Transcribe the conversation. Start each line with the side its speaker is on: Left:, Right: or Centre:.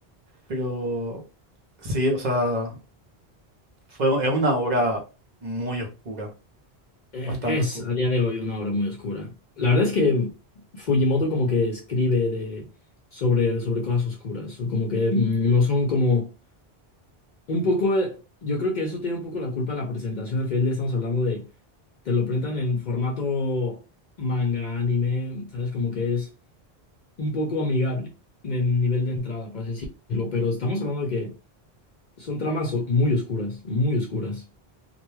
Right: Pero sí, o sea, fue, es una obra muy oscura,
Left: Eh,
Right: bastante
Left: Es
Right: oscura.
Left: a día de hoy una obra muy oscura. La verdad es que Fujimoto como que escribe de, sobre, sobre cosas oscuras, o como que mm, no son como un poco, eh, yo creo que eso tiene un poco la culpa en la presentación, al final le estamos hablando de, te lo presentan en formato manga, anime, ¿sabes? Como que es un poco amigable en nivel de entrada, por así decirlo, pero estamos hablando de que son tramas o- muy oscuras, muy oscuras.